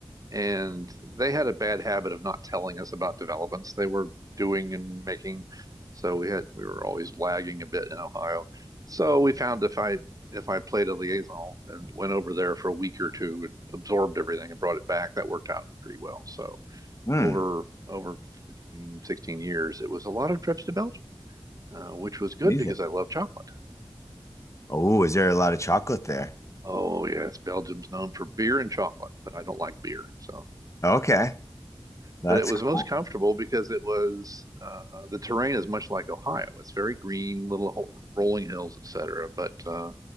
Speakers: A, on the right; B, on the left.
A: And they had a bad habit of not telling us about developments they were doing and making. So we had we were always lagging a bit in Ohio. So we found if I if I played a liaison and went over there for a week or two and absorbed everything and brought it back, that worked out pretty well. So
B: Hmm.
A: over over 15 16 years, it was a lot of trips to Belgium, uh, which was good
B: Amazing.
A: because I love chocolate.
B: Oh, is there a lot of chocolate there?
A: Oh, yes, Belgium's known for beer and chocolate, but I don't like beer. So,
B: Okay. That's
A: but it was
B: cool.
A: most comfortable because it was uh, the terrain is much like Ohio. It's very green, little ho- rolling hills, etc. But uh,